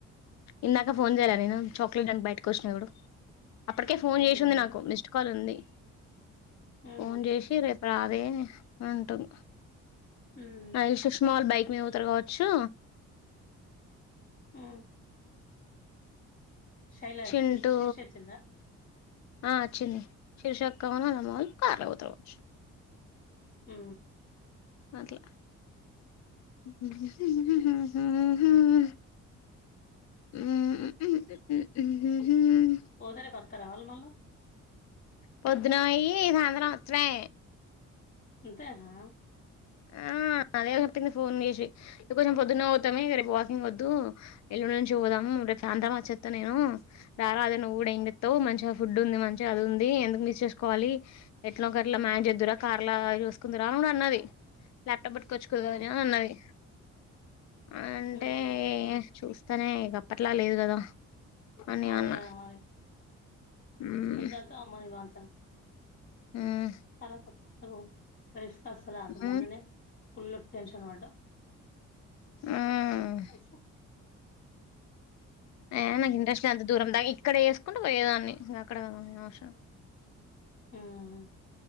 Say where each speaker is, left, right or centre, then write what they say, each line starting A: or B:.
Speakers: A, on the left; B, on the left.
A: ఇందాక ఫోన్ చేయాల నే చాక్లెట్ అంట బయటకు వచ్చసినడు అప్పటికే ఫోన్
B: ఊహూ
A: జేసింది నాకు మిస్డ్ కాల్ ఉంది
B: ఊహూ
A: ఫోన్ జేసి రేపు రావే అంటుంది
B: హ్మ్
A: అల్ సుష్మాల్ బైక్ మీతర కావచ్చు
B: హ్మ్ శైల
A: చింటూ
B: శిష్ శిరీష వచ్చిందా
A: ఆ అచింది శీర్షక కా ఉనాల మల్ కార్ల బోతర్గవచ్చు
B: ఉ
A: <inaudible>
B: పోదరే వక్క రావాల మళ
A: పొద్దున బొయ్యి సాయంత్రం అచ్చుడే
B: అఅంతేనా
A: ఆ అదే చెప్పింది ఫోన్ జేసి ఇ కొంచెం పొద్దున్నే పోవుతాంక రేపు వాకింగ్ వద్దు ఎల్లుండి నుంచి పోదాం రేపు అంతా మచ్చస్తా నేను రారా అదే నువ్వు కూడా ఏంెావు మంచిగా ఫుడ్ ఉంది మంచిగా అది ఉంది ఎందుకు మిస్ చేసుకోవాలి ఎట్లా ఒక ఎట్లా మేనేజ్ చేదురా కార్లా చూసుకుందరా అ అన్నది ల్యాప్టాప్ పెట్టుకోొవచ్చుకుదునీ
B: హ్మ్
A: ఉన్నవి అంటే
B: హ్మ్
A: చూస్తా తనే ఇక అప్పట్లా లేదు కదా అని
B: అదేద
A: అన్న
B: మరి
A: మ్మ్
B: అంత అత అమ్మనివాసర
A: మ్మ్
B: చాలా కొత్త లో పరిస్ అస్సల అది
A: మ్మ్
B: మొన్ననే ఫుల్ టెన్షన్ పడ్డవ్
A: మ్మ్
B: తెసా
A: ఏ నాకు ఇంట్రెస్ అంత దూరం దా ఇక్కడే వేసుకుంటూ పోయేదాన్ని నా ఇక్కడ అవసరం
B: హ్మ్